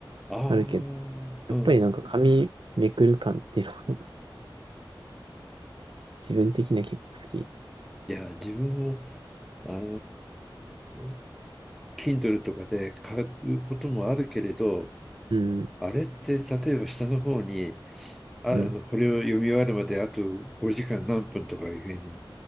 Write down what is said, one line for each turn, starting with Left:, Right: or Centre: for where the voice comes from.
Centre: ああ、
Right: あるけど、
Centre: うん。
Right: やっぱりなんか紙めくる感っていうのも <laughs> 自分的には結構好き。
Centre: いや自分もあのー Kindle とかで買うこともあるけれど
Right: うん、
Centre: あれって例えば下の方にあ、
Right: うん、
Centre: あの、これを読み終わるまであと5時間何分とかいうふうに